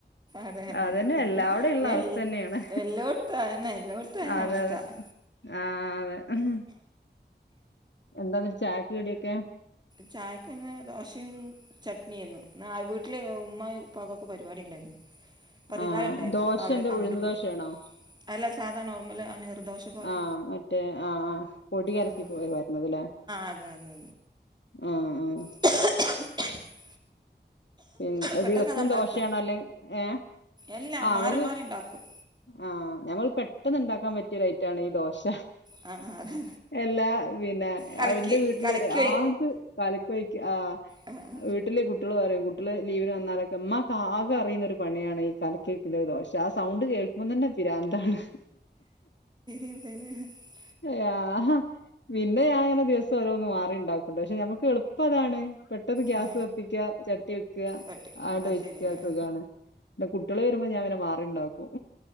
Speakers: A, on the right (about 25°); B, on the left (about 75°).
A: അതെ അതെ
B: അതന്നെ
A: ശരിയാണ്
B: എല്ലാ വ്ടെ ഇള്ള
A: എൽ
B: അവസ്ഥതന്നേണ്
A: എല്ലോടത്തും അതന്നെ എല്ലോടത്തും അതന്നെ
B: അതെ
A: അവസ്ഥ
B: അതെ ആഹ് അതെ ഹ്മ് എന്താന്നട്ട് ചായക്ക് കടിയൊക്കെ?
A: ചായക്ക്‌ ഇന്ന് ദോശ് ശിം ചട്നിയേന്നു. ന്നാ വീട്ടില് ഉമ്മായു ഉപ്പാകൊക്കെ പരിപാടി ഉണ്ടായിരുന്നു പതിനാലുണ്ടായിരുന്നു
B: ആഹ് ദോശ
A: അപ്പൊ അവരൊക്കെ
B: എന്താ
A: അങ്ങട്ട്
B: ഉഴുന്ന്
A: പോയി.
B: ദോശയാണോ?
A: അല്ല സാധാ നോർമൽ അ നിർ ദോ ശ പോലെ
B: ആഹ് മറ്റേ ആഹ് ആഹ് പൊടി കലക്കി
A: ആഹ്
B: പോയി വരുന്നതല്ലേ
A: അതെ അതെ
B: ആഹ് ആഹ്
A: <inaudible>
B: പിന്നെ
A: പെട്ടെന്ന്
B: ദിവസം
A: അതാ ഉണ്ടാക്കുക
B: ദോശയാണൊ അല്ലെ ഏഹ്
A: എല്ലാം
B: ആഹ്
A: മാറി
B: നമക്ക്
A: മാറി ഉണ്ടാക്കും
B: ആഹ് ഞമ്മൾ പെട്ടെന്ന് ഇണ്ടാക്കാൻ പറ്റിയ ഐറ്റാണ് ഈ ദോശ
A: ആ അതെ
B: എല്ലാ പിന്നെ
A: കലക്കി
B: അവന്റെ വീട്ടിലറിയും
A: കലക്കി
B: ആക് കലക്ക്‌ ഒയിക്ക ആഹ്
A: എഹെഹെ
B: വീട്ടില് കുട്ടിയേള് പറയും കു ട്ട്യേൾ ലീവിന് വന്നാലൊക്കെ ഉമ്മാക്ക് ആകെ അറിയുന്ന ഒരു പണിയാണ് ഈ കലക്കി ഒഴിക്കല് ദോശ. ആ സൗണ്ട് കേൾക്കുമ്പം തന്നെ പിരാന്താണ്
A: <unintelligible>
B: <unintelligible> ആഹ പിന്നെ ഞാനെങ്ങനെ ദിവസം ഓരോന്ന് മാറിണ്ടാക്കുട്ടൊ പക്ഷെ ഞമ്മക്ക് എളുപ്പതാണ് പെട്ടെന്ന് ഗ്യാസ്
A: ആ ആ
B: ക ത്തിക്ക്യാ ചട്ടി വെക്ക
A: കട്ട് ആ
B: ആണ്ട് ഒഴിച്ചാ
A: ശരി ആ
B: സുഖാണ് ടെ കുട്ടിയേള് വരുമ്പം ഞാൻ പിന്നെ മാറിണ്ടാക്കും